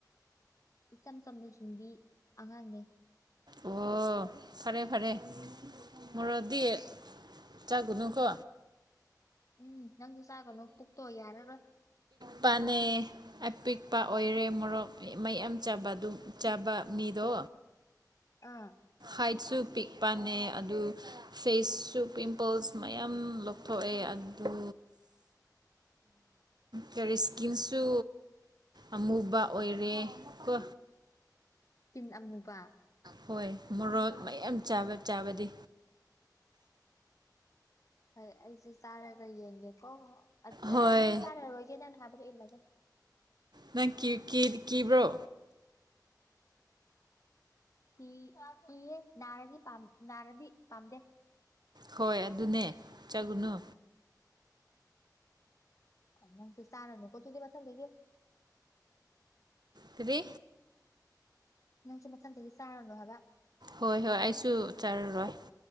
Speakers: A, on the left; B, on the right.
A: ꯏꯁꯝ ꯁꯝꯗ ꯍꯗꯤ ꯑꯉꯥꯡꯦ
B: ꯑꯣ ꯐꯔꯦ ꯐꯔꯦ ꯃꯗꯤ ꯆꯒꯨꯗꯪꯀꯣ
A: ꯎꯝ ꯅꯪꯁꯨ ꯆꯥꯕꯅꯣ ꯄꯨꯛꯇꯣꯛ ꯌꯥꯔꯔ
B: ꯄꯅꯦ ꯑꯄꯤꯛꯄ ꯑꯣꯏꯔꯦ
A: ꯎꯝ
B: ꯃꯣꯔꯣꯛ ꯃꯩ ꯌꯥꯝ ꯆꯥꯕ ꯑꯗꯨꯝ ꯆꯥꯕ ꯃꯤꯗꯣ
A: ꯑꯥ
B: ꯍꯥꯏꯠꯁꯨ ꯄꯤꯛ ꯄꯅ ꯑꯗꯨ ꯐꯦꯁꯁꯨ ꯄꯤꯝꯄꯜꯁ ꯃꯌꯥꯝ ꯂꯧꯊꯣꯛꯑꯦ ꯑꯗꯨ ꯀꯔꯦ ꯏꯁ꯭ꯀꯤꯟꯁꯨ ꯑꯃꯨꯕ ꯑꯣꯏꯔꯦ ꯀꯣ
A: ꯤꯟ ꯑꯃꯨꯕ
B: ꯍꯣꯏ ꯃꯣꯔꯣꯛ ꯃꯌꯥꯝ ꯆꯥꯕ ꯆꯥꯕꯗꯤ
A: ꯍꯣꯏ ꯑꯩꯁꯨꯦ ꯆꯥꯔꯒ ꯌꯦꯡꯒꯦꯀꯣ ꯑꯦ
B: ꯍꯣꯏ
A: ꯑꯩꯗꯤ ꯆꯥꯅꯔꯣꯏꯒꯦꯗꯅ ꯍꯥꯕ ꯑꯦꯂꯒꯦ
B: ꯅꯪ ꯀꯕ꯭ꯔꯣ
A: ꯇꯤ ꯇꯤ ꯅꯔꯗꯤ ꯄꯝ ꯅꯔꯗꯤ ꯄꯥꯝꯗꯦ
B: ꯍꯣꯏ ꯑꯗꯨꯅꯦ ꯆꯒꯨꯅꯨ
A: ꯃꯪꯁ ꯁꯅꯅꯨ ꯀꯣ ꯇꯨꯗꯤꯕ ꯊꯪꯗ ꯀꯦꯣ
B: ꯁꯤꯔꯤ
A: ꯅꯪꯁꯨ ꯃꯊꯪꯗꯒꯤ ꯆꯥꯔꯅꯨ ꯍꯥꯏꯕ
B: ꯍꯣꯏ ꯍꯣꯏ ꯑꯩꯁꯨ ꯆꯔꯔꯣꯏ